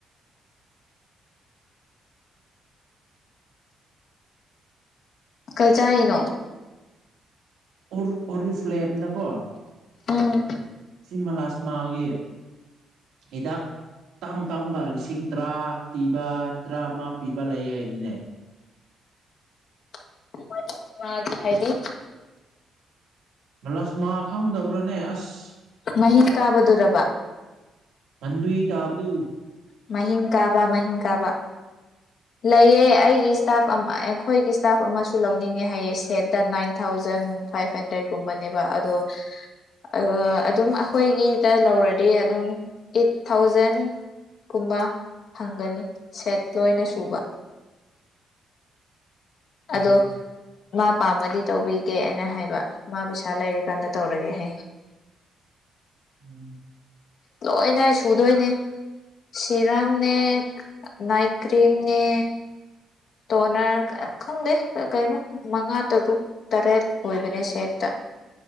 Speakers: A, on the left; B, on the right.
A: ꯀꯩ ꯆꯥꯏꯅꯣ
B: ꯑꯣꯔ ꯑꯣꯔꯤꯁ ꯐ꯭ꯂꯦꯝꯗꯀꯣ
A: ꯎꯝ
B: ꯁꯤꯃꯂꯥꯁꯃꯥꯒꯤ ꯍꯤꯗꯥꯛ ꯇꯥꯡ ꯇꯥꯡꯕ ꯂꯤꯁꯤꯡ ꯇꯔꯥ ꯄꯤꯕ ꯇꯔꯥꯃ ꯄꯤꯕ ꯂꯩꯌꯦ ꯍꯥꯏꯅꯤꯅꯦ
A: <unintelligible> ꯍꯥꯏꯗꯤ
B: ꯔꯁ ꯃꯥ ꯈꯪꯗꯕ꯭ꯔꯥꯅꯦ ꯑꯁ
A: ꯃꯍꯤꯡ ꯀꯥꯕꯗꯨꯔꯕ
B: ꯍꯟꯗꯨꯏ ꯇꯥꯕꯗꯨ
A: ꯃꯍꯤꯡ ꯀꯥꯕ ꯃꯍꯤꯡ ꯀꯥꯕ ꯂꯩꯌꯦ ꯑꯩꯒꯤ ꯏꯁꯇꯥꯐ ꯑꯃ ꯑꯩꯈꯣꯏꯒꯤ ꯏꯁꯇꯥꯐ ꯑꯃꯁꯨ ꯂꯧꯅꯤꯡꯉꯦ ꯍꯥꯏꯌꯦ ꯁꯦꯠꯇ ꯅꯥꯏꯟ ꯊꯥꯎꯖꯟ ꯐꯥꯏꯚ ꯍꯟꯗ꯭ꯔꯦꯗꯀꯨꯝꯕꯅꯦꯕ ꯑꯗꯣ ꯑ ꯑꯗꯨꯝ ꯑꯩꯈꯣꯏꯒꯤꯗ ꯂꯧꯔꯗꯤ ꯑꯗꯨꯝ ꯑꯦꯠ ꯊꯥꯎꯖꯟ ꯀꯨꯝꯕ ꯐꯪꯒꯅꯤ ꯁꯦꯠ ꯂꯣꯏꯅ ꯁꯨꯕ ꯑꯗꯣ
B: ꯎꯝ
A: ꯃꯥ ꯄꯥꯝꯃꯗꯤ ꯇꯧꯕꯤꯒꯦ ꯑꯩꯅ ꯍꯥꯏꯕ ꯃꯥ ꯄꯩꯁꯥ ꯂꯩꯔꯀꯥꯟꯗ ꯇꯧꯔꯒꯦ ꯍꯥꯏꯌꯦ
B: ꯎꯝ
A: ꯂꯣꯏꯅ ꯁꯨꯗꯣꯏꯅꯦ ꯁꯤꯔꯝꯅꯦ ꯅꯥꯏꯠ ꯀ꯭ꯔꯤꯝꯅꯦ ꯇꯣꯅꯔ ꯈꯪꯗꯦ ꯀꯩꯅꯣ ꯃꯉꯥ ꯇꯔꯨꯛ ꯇꯔꯦꯠ ꯑꯣꯏꯕꯅꯦ ꯁꯦꯠꯇ